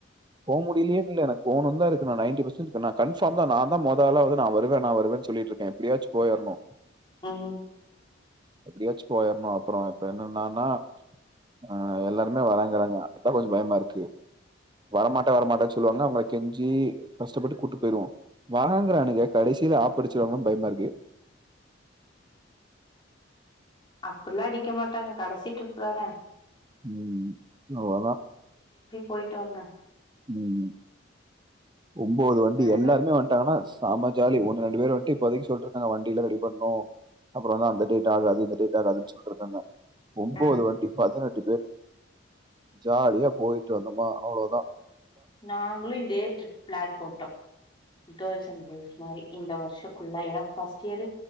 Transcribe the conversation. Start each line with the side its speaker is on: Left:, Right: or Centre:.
Right: போ முடிலேன்னு இல்ல எனக்கு போனுன்தா இருக்கு நா நயன்டி பர்சன்டு நா கன்ஃபாம் தா நாந்தா மொத ஆளாவது நா வருவ நா வருவன்னு சொல்லிட்ருக்க எப்டியாச்சு போய்ர்னு
Left: ம்
Right: எப்டியாச்சு போயர்னு அப்றோ இப்ப என்னன்னானா அ எல்லாருமே வரங்குறாங்க அத் தா கொஞ்ச பயமா இருக்கு வரமாட்ட வரமாட்டன்ச் சொல்லுவாங்க அவ்ங்ள கெஞ்சி கஷ்டப்பட்டு கூட்டு போய்ருவோ வாரங்குறானுக கடேசில ஆப்படிச்சிருவாங்ளோனு பைய்மா இருக்கு
Left: அப்டிலா அடிக்க மாட்டாங்க கடசி டிருப்பு தான
Right: ம் அவ்ள தா
Left: போய்ட்டு வாங்க
Right: ம் ஒம்போது வண்டி
Left: வேற
Right: எல்லாருமே
Left: என்ன
Right: வன்ட்டாங்கனா ஸ் தாம ஜாலி ஒன்னு ரெண்டு பேர் ஒட்டி இப்போதைக்கு சொல்ட்டுருக்காங்க வண்டில ரெடி பண்ணு அப்றோ தா அந்த டேடா அது அது இந்த டேடா ஆகாதுன்னு சொல்ட்டுருக்காங்க ஒம்போது
Left: ஆ
Right: வண்டி பதினெட் எட்டு பேர் ஜாலியா போய்ட்டு வந்தம்மா அவ்ளோ தா
Left: நாங்ளு இந்தே ட்ரிப் பிளான் போட்டோ கேர்ள்ஸ் அண்ட் பாய்ஸ் மாரி இந்த வருஷோக்குள்ள ஏனா ஃபர்ஸ்ட் இயரு